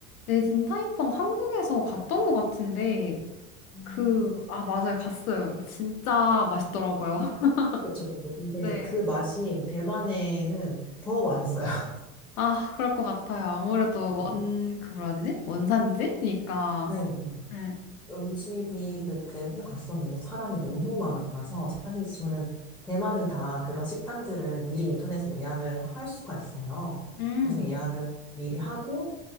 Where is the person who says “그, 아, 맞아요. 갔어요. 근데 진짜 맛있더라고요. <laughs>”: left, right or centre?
Left